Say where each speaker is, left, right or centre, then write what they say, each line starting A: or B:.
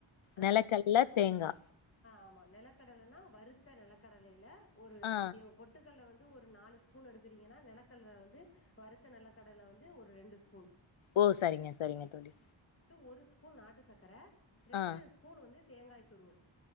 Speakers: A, on the left (about 25°); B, on the left (about 75°).
A: ஆ
B: நெலக்கல்ல
A: ஆ...
B: தேங்கா
A: ஆமா நெலக்கடலனா வருத் த நெலக்கடலையில ஒரு
B: ஆ
A: எ பொட்டுக்கல்ல வந்து ஒரு நாலு ஸ்பூன் எடுக்குறீங்கன்னா நிலக்கட வந்து வருத்த நிலக்கடல வந்து ஒரு ரெண்டு ஸ்பூன்
B: ஓ சரிங்க சரிங்க தோழி
A: ஒரு ஸ்பூன் நாட்டு சக்கர ரெண்டு
B: ஆ
A: ஸ்பூன் வந்து தேங்காய் துருவல்